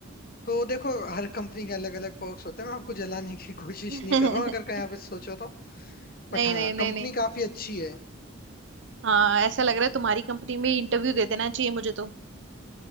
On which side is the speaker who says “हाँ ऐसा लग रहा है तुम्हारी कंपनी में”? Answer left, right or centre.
Right